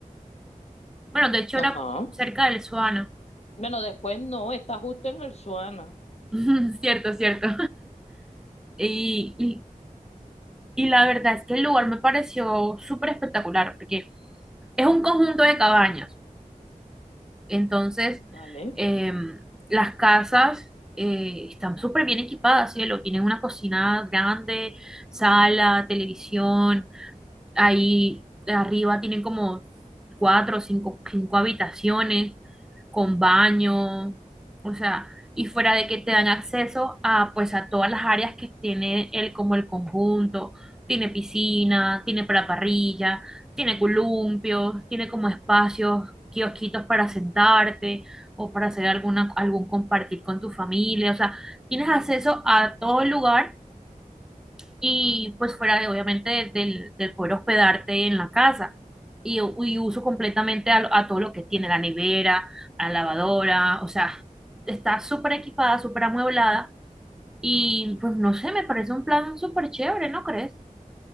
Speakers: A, in the centre; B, on the left.
A: Bueno, de hecho
B: Ajá.
A: era cerca del Suana.
B: Bueno, después no, está justo en el Suana.
A: <laughs> Cierto, cierto. Y, y, y la verdad es que el lugar me pareció súper espectacular, porque es un conjunto de cabañas. Entonces,
B: Vale.
A: eh, las casas eh, están súper bien equipadas, cielo. Tienen una cocina grande, sala, televisión. Ahí arriba tienen como cuatro o cinco, cinco habitaciones con baño, o sea, y fuera de que te dan acceso a pues a todas las áreas que tiene el como el conjunto, tiene piscina, tiene para parrilla, tiene columpios, tiene como espacios, kiosquitos para sentarte o para hacer alguna algún compartir con tu familia, o sea, tienes acceso a todo el lugar y pues fuera de obviamente de- del, del poder hospedarte en la casa. Y, y uso completamente a, lo- a todo lo que tiene la nevera, la lavadora, o sea, está súper equipada, súper amueblada y pues no sé, me parece un plan súper chévere, ¿no crees?